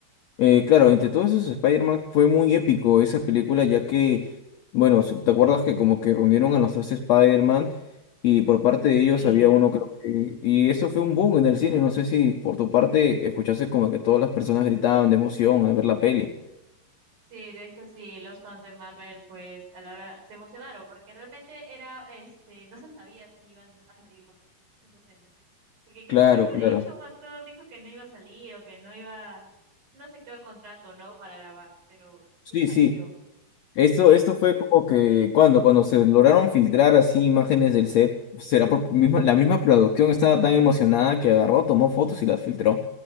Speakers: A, on the left (about 75°); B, on the right (about 75°).
A: Eh, claro, entre todos esos Spider-Man fue muy épico esa película, ya que, bueno, so- ¿te acuerdas que como que reunieron a los tres Spider-Man y por parte de ellos
B: Sí.
A: había uno, creo que... Y eso fue un boom en el cine, no sé si por tu parte escuchaste como que todas las personas gritaban de emoción al ver la peli.
B: Sí, de hecho sí, los fans de Marvel pues a la hora se emocionaron porque realmente era, este, no se sabía si iban a salir los tres, ¿no? esa escena. Porque que-
A: Claro,
B: creo
A: claro.
B: que de hecho un actor dijo que no iba a salir o que no iba, no aceptó el contrato, ¿no? Para grabar, pero sí
A: Sí,
B: apareció.
A: sí. Esto,
B: Sí.
A: esto fue como que cuando, cuando se lograron filtrar así imágenes del set, será por misma, la misma producción estaba tan emocionada que agarró, tomó fotos y las filtró.